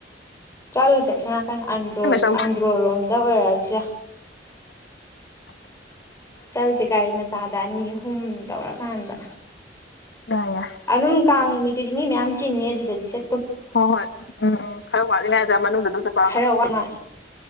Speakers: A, on the left; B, on the left.
A: ꯆꯠꯂꯨꯁꯦ ꯑꯁꯣ ꯅꯥꯀꯟ ꯑꯟꯗ꯭ꯔꯣ
B: ꯆꯧꯁꯤ
A: ꯑꯟꯗ꯭ꯔꯣꯔꯣꯝꯗ ꯑꯣꯏꯔꯛꯁꯦ
B: ꯑ
A: ꯆꯠꯂꯨꯁꯦ ꯒꯥꯔꯤ ꯃꯆꯥꯗ ꯑꯅꯤ ꯑꯍꯨꯝ ꯇꯧꯔꯀꯥꯟꯗ
B: ꯌꯥ ꯌꯥ
A: ꯑꯗꯨꯝ ꯀꯥꯡ ꯅꯨꯃꯤꯠꯇꯨꯗꯤ ꯃꯤ ꯃꯌꯥꯝ ꯆꯤꯟꯅꯤ ꯑꯗꯨꯗꯗꯤ ꯁꯦ
B: ꯍꯣꯏ ꯍꯣꯏ ꯎꯝ ꯎꯝ ꯈꯔ ꯋꯥꯠꯂꯤꯉꯖꯥ ꯃꯅꯨꯡꯗ ꯑꯗꯨꯝ ꯆꯠꯄꯔꯝꯗꯣ
A: ꯈꯔ ꯋꯥꯃ